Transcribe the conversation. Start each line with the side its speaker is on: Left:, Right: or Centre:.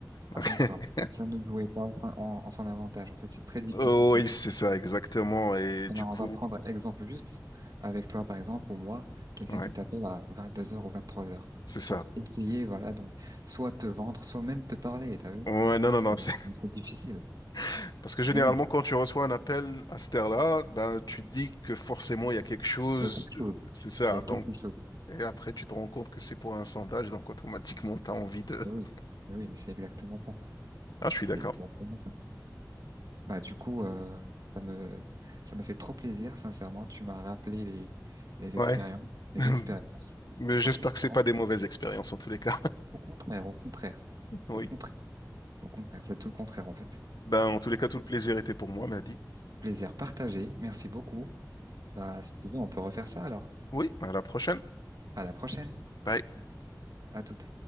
Right: Ah,
Left: <laughs>
Right: d'accord. En fait, ça ne jouait pas en, en en son avantage. En fait, c'est très difficile
Left: Oh,
Right: de
Left: oui, c'est ça, exactement. Et
Right: Alors,
Left: du coup,
Right: on va prendre exemple juste avec toi, par exemple, ou moi, quelqu'un
Left: ouais,
Right: qui t'appelle à 22h ou 23h
Left: c'est ça.
Right: pour essayer, voilà, donc, soit te vendre, soit même te parler, t'as vu?
Left: Ouais, non, non,
Right: C'est
Left: non. c'est-
Right: c'est- c'est difficile.
Left: <laughs> Parce que généralement,
Right: Mais oui,
Left: quand tu reçois un appel à cette heure-là, ben, tu dis que forcément, il y a quelque chose.
Right: il y a quelque
Left: de-
Right: chose.
Left: C'est ça.
Right: Il y a quelque
Left: Donc
Right: chose.
Left: Et après, tu te rends compte que c'est pour un sondage, donc automatiquement, tu as envie de...
Right: Mais oui,
Left: <laughs>
Right: mais oui, mais c'est exactement ça.
Left: Ah, je suis d'accord.
Right: C'est exactement ça. Bah, du coup, euh, ça me, ça m'a fait trop plaisir, sincèrement. Tu m'as rappelé les, les
Left: Ouais.
Right: expériences, mes
Left: <laughs>
Right: expériences
Left: Mais j'espère
Right: en testant.
Left: que c'est pas des mauvaises expériences en tous les cas.
Right: Au contraire, au contraire,
Left: <laughs> Oui.
Right: au contraire, au contraire. C'est tout le contraire, en fait.
Left: Ben, en tous les cas, tout le plaisir était pour moi, m'a dit.
Right: Plaisir partagé. Merci beaucoup. Bah, si tu veux, on peut refaire ça alors.
Left: oui, à la prochaine.
Right: À la prochaine.
Left: Bye.
Right: Merci. À toute.